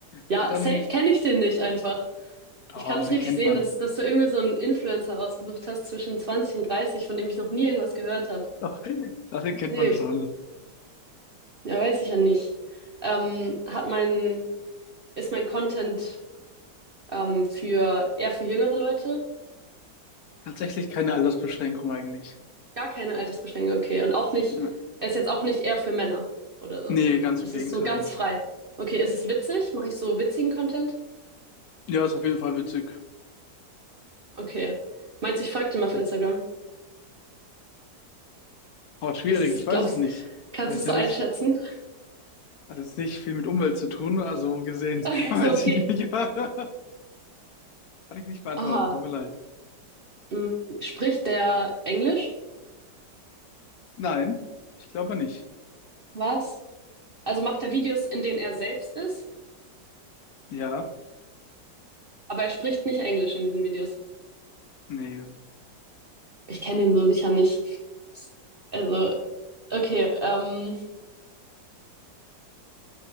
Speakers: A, on the right; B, on the left.
A: Ja,
B: Okay, dann.
A: safe kenne ich den nicht einfach.
B: Oh,
A: Ich kann es
B: den
A: richtig
B: kennt
A: sehen,
B: man.
A: dass, dass du irgendwie so einen Influencer rausgesucht hast zwischen 20 und 30, von dem ich noch nie irgendwas gehört habe.
B: Doch, doch, den kennt
A: Nee,
B: man schon.
A: ja, weiß ich ja nicht. Ähm, hat mein, ist mein Content ähm, für eher für jüngere Leute?
B: Tatsächlich keine Altersbeschränkung eigentlich.
A: Gar keine Altersbeschränkung, okay. Und auch nicht,
B: Ja.
A: er ist jetzt auch nicht eher für Männer oder so.
B: Nee, ganz
A: Es
B: im Gegenteil.
A: ist so ganz frei. Okay, ist es witzig? Mache ich so witzigen Content?
B: Ja, ist auf jeden Fall witzig.
A: Okay. Meinst du, ich folge dem auf Instagram?
B: Oh, schwierig,
A: Ist es,
B: ich weiß
A: glaubst,
B: es nicht. Ich
A: kannst
B: weiß
A: du es
B: ja
A: so einschätzen?
B: nicht. Hat jetzt nicht viel mit Umwelt zu tun, also gesehen,
A: <laughs>
B: <laughs> weiß
A: okay.
B: ich nicht. <laughs> Kann ich nicht beantworten,
A: Aha.
B: tut mir leid.
A: Mm, Spricht der Englisch?
B: Nein, ich glaube nicht.
A: Was? Also macht er Videos, in denen er selbst ist,
B: Ja,
A: aber er spricht nicht Englisch in diesen Videos.
B: nee.
A: Ich kenne ihn so sicher nicht. Also, okay, ähm,